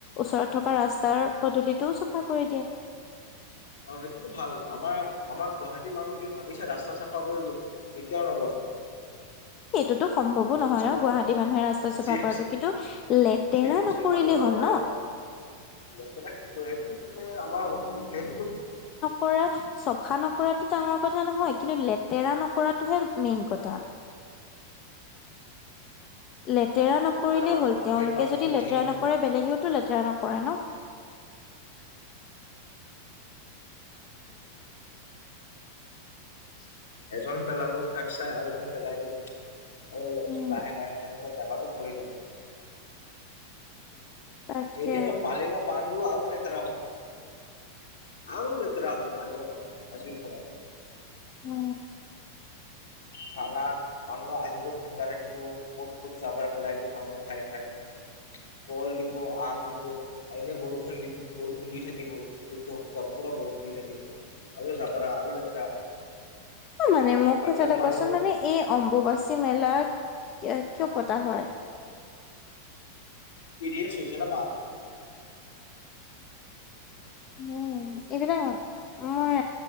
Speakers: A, on the left; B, on the left.
A: ওচৰত থকা ৰাস্তাৰ পদূলিটোও চাফা কৰি দিয়ে।
B: অ সেইটোতো ভাল আমাৰ আমাৰ গুৱাহাটী মানুহ কি ভাবিছে ৰাস্তা চাফা কৰিব। কেতিয়াও নকৰে।
A: এইটোতো সম্ভৱো
B: জি
A: নহয়
B: এম চি
A: ন
B: মানুহ
A: গুৱাহাটী মানুহে ৰাস্তা চাফা
B: জি এম
A: কৰাটো,
B: চি
A: কিন্তু লেতেৰা
B: জি এম চি
A: নকৰিলেই
B: মানুহে নকৰে
A: হ'ল ন।
B: লেতেৰা কি কয় এইটো মানে আমাৰ অসম এট
A: পৰা চফা নকৰাটো ডাঙৰ কথা নহয় কিন্তু লেতেৰা নকৰাটোহে মেইন কথা। লেতেৰা নকৰিলেই
B: বাট আমাৰ
A: হ'ল
B: গুৱাহাটীৰ
A: তেওঁলোকে
B: মানুহৰ
A: যদি
B: বুদ্ধি
A: লেতেৰা
B: নাই
A: নকৰে বেলেগেওতো লেতেৰা নকৰে ন। <inaudible>
B: এজন পেলাব তাক চাই আৰু এজন পেলাই দিব, এ তাৰ
A: উম,
B: পিছত লাহে লাহে লাহ <unintelligible> জোগাতো ফৰি গ'ল
A: তাকে
B: এতিয়াতো মালিকক পাণ্ডু আৰু লেতেৰা হ'ব। আৰু লেতেৰা হ'ব মালিগাও পাণ্ডু আজিৰ পৰা।
A: অ।
B: খানা মানুহ আহিব ভাণ্ডাৰে দিব ক'ত ক'ত যাবৰ পেলাই দিব মানুহ খাই খাই। কল দিব, আম দিব। এনে বৰষুণ দিব বৰষুণ দি থাকিব এইটো সপ্তাহ পুৰা বৰষুণ দি থাকিব। আৰু জাবৰা আৰু লেতেৰা
A: অ মানে মোক
B: এইবিলাক
A: কথাটো
B: মানুহ
A: কোৱাচোন মানে এই অম্বুবাচী মেলা কি কিয় পতা হয়?
B: পিৰিয়ড হৈছে ন বাৰ?
A: উম এইবিলাক মই